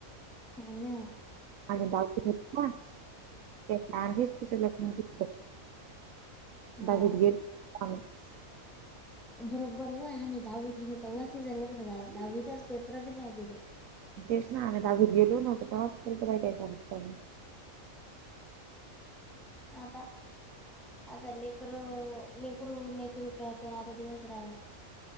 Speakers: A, in the centre; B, on the right.
A: हो ना.
B: द तेच <unintelligible>
A: हा
B: बाजेेत घेत का <unintelligible>
A: बरोबबर वय आम्ही दहावीत होतो तव्हा तिचं लग्न झालं, दहावीतच पेपरं बी नाही दिले.
B: तेच ना, आम्ही धावीतं गेलोई नव्हतो तेव्हापासून ट्राय चालू आहे <unintelligible>
A: आता, आता लेकरं लेकरं करू लेकरू करते ना आता दिवस राहिणात.